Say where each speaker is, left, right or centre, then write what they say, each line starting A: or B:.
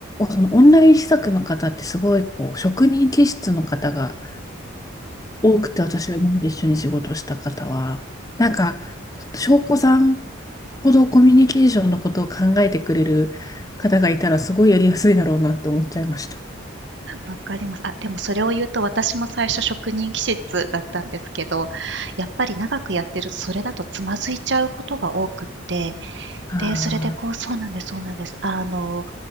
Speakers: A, on the left; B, on the right.
A: そのオンライン施策の方ってすごいこう職人気質の方が多くて、私が今まで一緒に仕事した方は、なんか、翔子さんほどコミュニケーションのことを考えてくれる方がいたら、すごいやりやすいだろうなって思っちゃいました。
B: わかります。あ、でもそれを言うと私も最初職人気質だったんですけど、やっぱり長くやってるとそれだとつまずいちゃうことが多くって、
A: ああ、
B: で、それでこう、そうなんですそうなんです。あの、